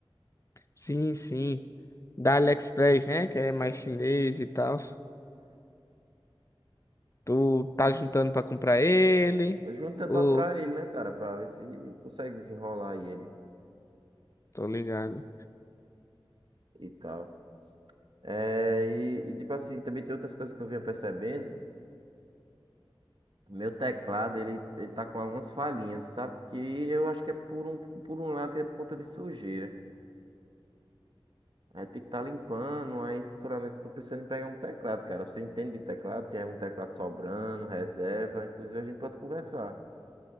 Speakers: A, on the left (about 35°); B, on the right (about 60°).
A: Sim, sim. Da AliExpress, né? Que é mais chinês e tal. Tu tá juntando pra comprar ele?
B: juntando
A: Ou
B: pra, pra ele, né, cara? Pra ver se consegue desenrolar aí ele
A: tô ligado?
B: e tal. É, e, e, tipo assim, também tem outras coisas que eu venho percebendo. Meu teclado, ele, ele tá com algumas falhinhas, sabe? Porque eu acho que é por um, por um lado que é por conta de sujeira. Aí tem que estar tá limpando, aí futuramente eu tô pensando em pegar um teclado, cara. Você entende de teclado? Tem algum teclado sobrando, reserva? Inclusive a gente pode conversar.